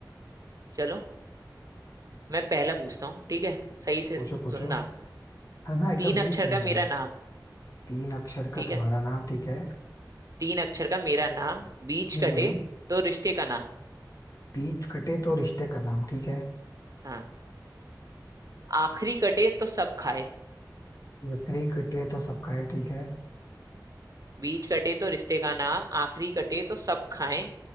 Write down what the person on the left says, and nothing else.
पूछो पूछो
हाँ हाँ एकदम
सही
सुनूंगा
भाई
तीन अक्षर का
तुम्हारा
नाम ठीक है
हम्म
बीच कटे तो रिश्ते का नाम ठीक है
लकड़ी कटे तो सबका है ठीक है